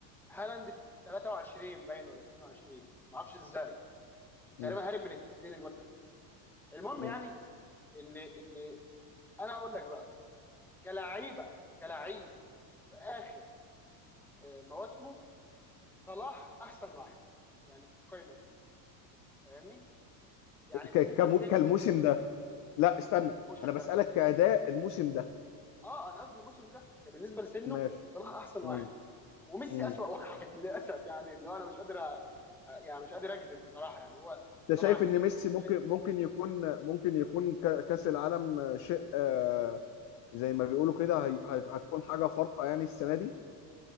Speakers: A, in the centre; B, on the left (about 40°).
A: فهالاند 23 باين ولا 22 ما اعرفش ازاي تقريبا
B: مم.
A: هارب من التسنين الواد ده المهم
B: مم.
A: يعني ان ان انا اقول لك بقى كلعيبه كلعيب في اخر آه، مواسمه صلاح احسن واحد يعني في القايمه دي فاهمني يعني بالنسبه
B: ك- كمو-
A: لسنه
B: كالموسم ده لا استنى
A: الموسم
B: انا بسألك
A: ده
B: كأداء الموسم ده
A: اه انا قصدي الموسم ده كان بالنسبه لسنه
B: ماشي
A: صلاح احسن
B: مم.
A: واحد وميسي
B: مم.
A: اسوأ واحد <laughs> للاسف يعني اللي هو انا مش قادر أ- يعني مش قادر اكذب بصراحه يعني هو
B: انت شايف
A: طبعا ميسي
B: ان ميسي
A: بالنسبه
B: ممكن
A: لي
B: ممكن يكون ممكن يكون ك- كأس العالم شيء آه، زي ما بيقولوا كده هي- هي- هتكون حاجة فارقة يعني السنة دي